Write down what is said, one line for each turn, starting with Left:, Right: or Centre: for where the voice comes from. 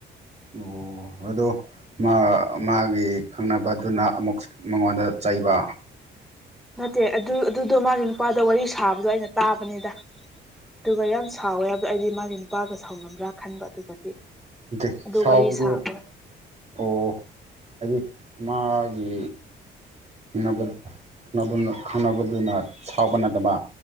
Right: ꯑꯣ ꯑꯗꯣ ꯃꯥ ꯃꯥꯒꯤ ꯈꯪꯅꯕꯗꯨꯅ ꯑꯃꯨꯛ ꯃꯉꯣꯟꯗ ꯆꯩꯕ
Centre: ꯅꯠꯇꯦ ꯑꯗꯨ ꯑꯗꯨꯗꯣ ꯃꯥꯒꯤ ꯅꯨꯄꯥꯗ ꯋꯥꯔꯤ ꯁꯥꯕꯗꯣ ꯑꯩꯅ ꯇꯥꯕꯅꯤꯗ ꯑꯗꯨꯒ ꯌꯥꯝ ꯁꯥꯎꯋꯦ ꯍꯥꯏꯕꯗꯣ ꯑꯩꯗꯤ ꯃꯥꯒꯤ ꯅꯨꯄꯥꯒ ꯁꯥꯎꯅꯕ꯭ꯔꯥ ꯈꯟꯕ ꯑꯗꯨꯒꯗꯤ
Right: ꯅꯠꯇꯦ
Centre: ꯑꯗꯨ
Right: ꯁꯥꯎꯕꯗꯣ
Centre: ꯋꯥꯔꯤ ꯁꯥꯕ
Right: ꯑꯣ ꯍꯥꯏꯗꯤ ꯃꯥꯒꯤ ꯅꯕ ꯈꯪꯅꯕ ꯈꯪꯅꯕꯗꯨꯅ ꯁꯥꯎꯕ ꯅꯠꯇꯕ